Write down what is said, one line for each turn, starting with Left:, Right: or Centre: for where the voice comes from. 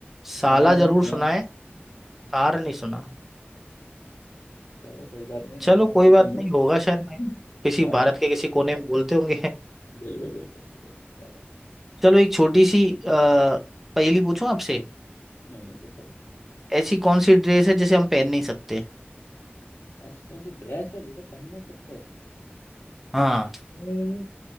Centre: साला
Left: हाँ मैंने
Centre: जरूर
Left: भी नहीं सुना
Centre: सुना है सार नहीं सुना
Left: हम्म चलो कोई बात नहीं नहीं
Centre: चलो
Left: सुना
Centre: कोई
Left: तो
Centre: बात
Left: अब सुन लो
Centre: नहीं होगा शायद
Left: <laughs>
Centre: भाई किसी
Left: हाँ
Centre: भारत के किसी कोने में बोलते होंगे <laughs>
Left: बिल्कुल बिल्कुल बिल्कुल चलो
Centre: चलो एक छोटी सी अ, पहेली पूछूं आपसे
Left: हम्म पूछो
Centre: ऐसी कौन सी ड्रेस है जिसे हम पहन नहीं सकते
Left: ऐसी कौन सी ड्रेस है जिसे पहन नहीं सकते
Centre: हाँ
Left: हम्म,